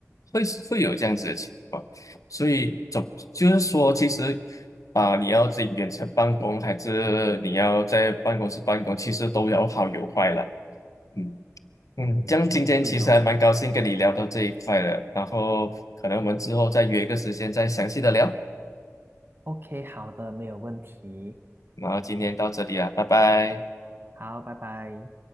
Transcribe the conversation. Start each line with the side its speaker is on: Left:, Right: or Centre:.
Left: 会是会有这样子的情况，所以总就是说，其实啊、你要在远程办公还是你要在办公室办公，其实都有好有坏啦。嗯嗯，
Right: 嗯，
Left: 这样今天其实还蛮高兴跟你聊到这一块的，
Right: 对哦。
Left: 然后可能我们之后再约一个时间再详细的聊。
Right: OK，好的，没有问题。
Left: 然后今天到这里啊，拜拜。
Right: 好，拜拜。